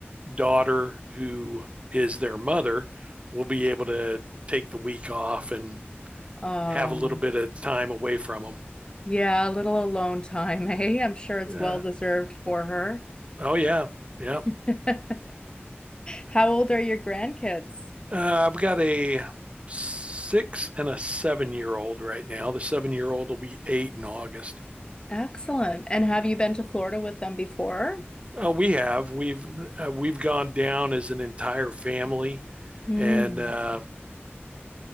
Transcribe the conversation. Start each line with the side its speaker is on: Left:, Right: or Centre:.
Right: daughter who is their mother will be able to take the week off and
Left: Um,
Right: have a little bit of time away from them.
Left: yeah, a little alone time, <laughs> eh? I'm sure it's
Right: Uh,
Left: well deserved for her.
Right: oh yeah, yeah.
Left: <laughs> How old are your grandkids?
Right: Uh, I've got a six and a seven year old right now. The seven year old will be eight in August.
Left: Excellent. And have you been to Florida with them before?
Right: Uh, we have we've uh, we've gone down as an entire family
Left: Hmm.
Right: and uh,